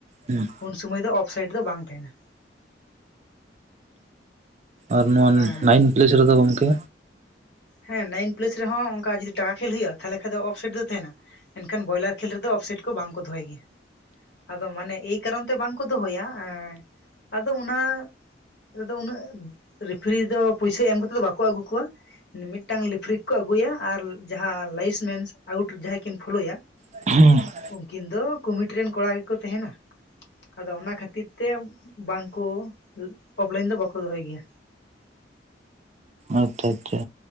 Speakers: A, on the right; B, on the left.
A: <unintelligible> ᱦᱮᱸ,
B: ᱩᱱ ᱥᱚᱢᱚᱭ ᱫᱚ, ᱚᱯᱷᱥᱟᱭᱤᱴ ᱫᱚ ᱵᱟᱝ ᱛᱟᱦᱮᱱᱟ᱾
A: ᱟᱪᱪᱷᱟ
B: ᱦᱮᱸ
A: ᱱᱟᱭᱤᱱ ᱯᱞᱮᱥ ᱨᱮᱫᱚ ᱜᱚᱢᱠᱮ
B: ᱦᱮᱸ ᱱᱟᱭᱤᱱ ᱯᱞᱮᱥ ᱨᱮᱦᱚᱸ ᱚᱱᱠᱟ, ᱡᱩᱫᱤ ᱴᱟᱠᱟ ᱠᱷᱮᱞ ᱦᱳᱭᱳᱜᱼᱟ, ᱛᱟᱦᱞᱮ ᱠᱷᱟᱡ ᱫᱚ ᱚᱯᱷᱥᱟᱭᱤᱴ ᱫᱚ ᱛᱟᱦᱮᱱᱟ᱾ ᱢᱮᱱᱠᱷᱟᱱ ᱵᱚᱭᱞᱟᱨ ᱠᱷᱮᱞ ᱨᱮᱫᱚ, ᱚᱯᱷᱥᱟᱭᱤᱴ ᱠᱚ ᱵᱟᱝ ᱠᱚ ᱫᱚᱦᱚᱭ ᱜᱮᱭᱟ, ᱟᱫᱚ ᱢᱟᱱᱮ ᱮᱠ ᱠᱟᱨᱚᱱ ᱛᱮ ᱵᱟᱝ ᱠᱚ ᱫᱚᱦᱚᱭᱟ, ᱮ ᱟᱫᱚ ᱚᱱᱟ ᱨᱮᱫᱚ ᱩᱱᱟᱹᱜ ᱨᱮᱯᱷᱟᱨᱤ ᱫᱚ ᱯᱩᱭᱥᱟ ᱮᱢᱠᱟᱛᱮ ᱫᱚ, ᱵᱟᱠᱚ ᱟᱜᱩ ᱠᱚᱣᱟ᱾ ᱢᱤᱫᱴᱟᱝ ᱞᱤᱯᱷᱨᱤᱠ ᱠᱚ ᱟᱹᱜᱩᱭᱟ ᱟᱨ, ᱡᱟᱦᱟᱸ ᱞᱟᱭᱤᱥᱢᱮᱱᱥ ᱟᱣᱩᱴ ᱡᱟᱦᱟᱸ ᱠᱤᱱ ᱯᱷᱳᱞᱳᱭᱟ
A: ᱟᱪᱪᱷᱟ
B: ᱩᱱᱠᱤᱱ ᱫᱚ ᱠᱚᱢᱤᱴᱤ ᱨᱮᱱ ᱠᱚᱲᱟ ᱜᱮᱠᱚ ᱛᱟᱦᱮᱱᱟ᱾ ᱟᱫᱚ ᱚᱱᱟ ᱠᱷᱟᱹᱛᱤᱨ ᱛᱮ ᱵᱟᱝᱠᱩ ᱚᱯᱷᱞᱟᱭᱤᱱ ᱫᱚ ᱵᱟᱠᱚ ᱫᱚᱦᱚᱭ ᱜᱮᱭᱟ᱾
A: ᱟᱪᱪᱷᱟ, ᱟᱪᱪᱷᱟ᱾